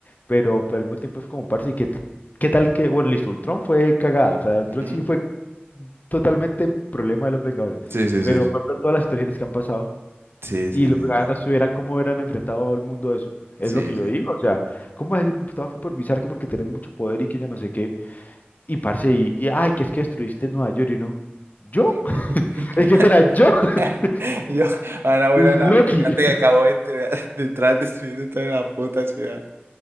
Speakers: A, on the left (about 45°); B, on the right (about 70°).
A: pero pero al mismo tiempo es como, parce, ¿y qué, t- qué tal que, bueno, listo, Ultron fue cagada, o sea, Ultron
B: Ujú.
A: sí fue totalmente problema de los Vengadores,
B: Sí, sí,
A: pero
B: sí.
A: por ejemplo, todas las situaciones que han pasado
B: Sí,
A: y
B: sí,
A: los
B: sí,
A: Vengadores
B: sí.
A: no estuvieran, ¿cómo hubieran enfrentado al mundo eso? Es
B: Sí,
A: lo que yo digo, o sea, ¿cómo vas a decir, estaba supervisar que porque tenés mucho poder y que yo no sé qué, y parce, y, y, ay, que es que destruiste Nueva York y no, ¿yo?
B: sí.
A: <laughs>
B: <laughs>
A: Es que, espera, ¿yo? <laughs>
B: <laughs> Yo, a una buena
A: Loki.
B: nave gigante que acabó de entrar- de entrar destruyendo toda la puta ciudad.